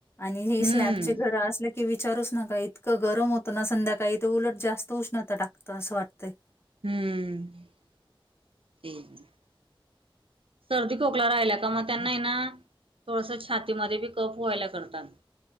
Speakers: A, on the left; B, on the right.
A: आणि हे
B: हम्म
A: स्लॅबचे घरं असलं की विचारूच नका इतकं गरम होतं ना संध्याकाळी ते उलट जास्त उष्णता टाकतंय असं वाटतंय.
B: हम्म सर्दी खोकला राहिल्या का मग त्यांना ना, थोडस छातीमध्ये बी कप व्हायला करतात.